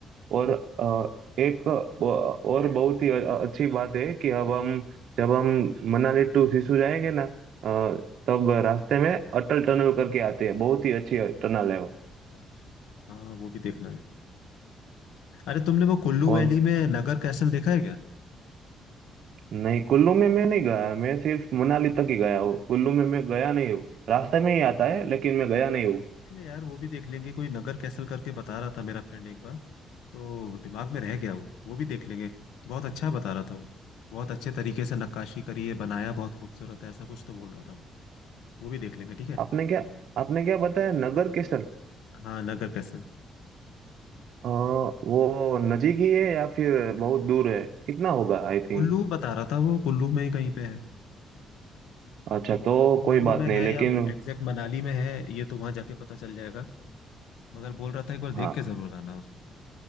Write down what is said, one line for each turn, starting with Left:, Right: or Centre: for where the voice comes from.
Right: और अ, एक ब- और बहुत ही अ- अच्छी बात है कि अब हम जब हम मनाली टू सिसु जाएंगे ना अ, तब रास्ते में अटल टनल करके आते हैं बहुत ही अच्छी टनल है वो
Left: अच्छा अच्छा हाँ वो भी देखना है अरे तुमने वो कुल्लू
Right: और
Left: वैली में नगर कैसल देखा है क्या
Right: नहीं कुल्लू में मैं नहीं गया मैं सिर्फ मनाली तक ही गया हूँ कुल्लू में मैं गया नहीं
Left: अच्छा
Right: हूँ रास्ते में ही आता है लेकिन मैं गया नहीं हूँ
Left: लेंगे यार वो भी देख लेंगे कोई नगर कैसल करके बता रहा था मेरा फ्रेंड एक बार तो दिमाग में रह गया वो वो भी देख लेंगे बहुत अच्छा बता रहा था वो बहुत अच्छे तरीके से नक्काशी करी है बनाया बहुत खूबसूरत है ऐसा कुछ तो बोल रहा था वो वो भी देख लेंगे ठीक है
Right: आपने क्या आपने क्या बताया नगर केसल
Left: हाँ नगर कैसल
Right: अ, वो नजीक ही है या फिर बहुत दूर है कितना होगा आई थिंक
Left: कुल्लू बता रहा था वो कुल्लू में ही कहीं पे है
Right: अच्छा तो
Left: कुल्लू
Right: कोई बात
Left: में
Right: नहीं
Left: है
Right: लेकिन
Left: या एग्जैक्ट मनाली में है ये तो वहां जाके पता चल जाएगा मगर बोल रहा था एक बार
Right: हाँ
Left: देख के जरूर आना उसे